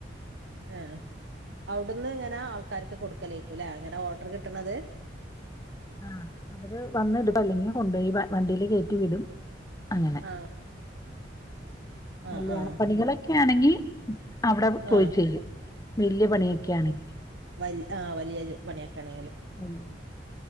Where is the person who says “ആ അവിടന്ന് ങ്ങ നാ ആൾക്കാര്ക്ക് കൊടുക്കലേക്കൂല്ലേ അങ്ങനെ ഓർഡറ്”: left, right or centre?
Right